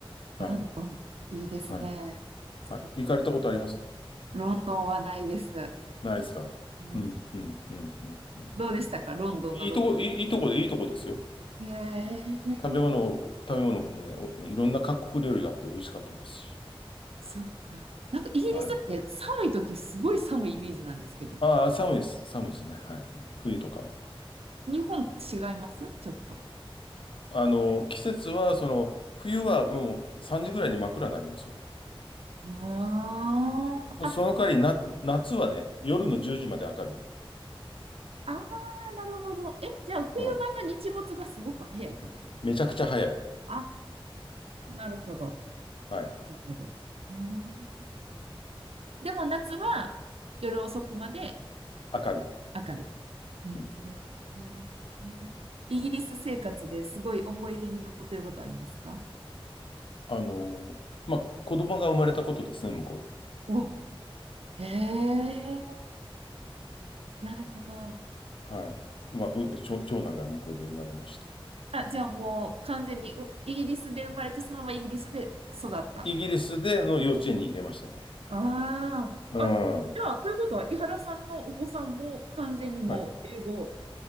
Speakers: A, on the left; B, on the right.
A: はい。
B: ロンドン。いいですね。
A: はい。
B: 素敵。
A: はい。行かれたことあります
B: ロンドンはないです。
A: ないですかうん。
B: うん、
A: うん。うん。うん。うん。
B: どうでしたかロンドンの録
A: うんいいとこ、いい、いいとこで、いいとこですよ。
B: 音へえ。
A: 食べ物を、食べ物もね、おいろんな各国料理があって美味しかったですし。
B: そっか。なんかイギリスって寒い時すごい寒いイメージなんですけど、
A: はい。ああ、寒いです。寒いですね。はい。冬とかは。
B: 日本違いますちょっと。
A: あの、季節は、その、冬はもう3時ぐらいに真っ暗になりますよ。
B: ああ、
A: そその代わりな、
B: あ、
A: 夏はね、夜の10時まで明るい。
B: うん。ああ、なるほど。え、じゃあ冬場の日没がすごく早いってことですか
A: うん。めちゃくちゃ早い。
B: あ、なるほど。
A: はい。
B: なるほど。うん。でも夏は夜遅くまで
A: 明るい。
B: 明るい。へえ。
A: うん。
B: イギリス生活ですごい思い出に残ってることありますか
A: あの、まあ、子供が生まれたことですね、向こうで。
B: お、へえ。なるほど。
A: はい。まあ、う長長男が向こうで生まれまして。
B: あ、じゃあもう完全にうイギリスで生まれて、そのままイギリスで育った。
A: イギリスでの幼稚園に入れましたね。
B: ああ。
A: うん。
B: あ、
A: は
B: じゃあ、ということは、井原さんのお子さんも完全にもう英語、
A: い